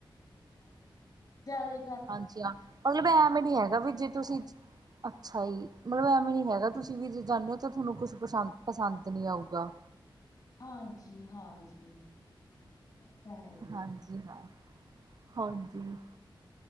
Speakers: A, on the left; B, on the right.
A: ਹਾਂਜੀ ਈ ਜ਼ਿਆਦੇ
B: ਹਾਂਜੀ ਹਾਂ ਮਤਲਬ ਐਵੇਂ ਨੀ ਹੈਗਾ ਵੀ ਜੇ ਤੁਸੀਂ ਅੱਛਾ ਜੀ ਮਤਲਬ ਐਵੇਂ ਨੀ ਹੈਗਾ ਤੁਸੀਂ ਵੀ ਜੇ ਜਾਂਦੇ ਹੋ ਤਾਂ ਤੁਹਾਨੂੰ ਕੁਛ ਪਸੰ ਪਸੰਦ ਨਹੀਂ ਆਊਗਾ
A: ਹਾਂਜੀ ਈ ਹਾਂਜੀ ਈ ਇਹ ਤਾਂ ਹੈ ਹੀ ਆ
B: ਹਾਂਜੀ ਹਾਂ
A: ਹਹ
B: ਹਾਂਜੀ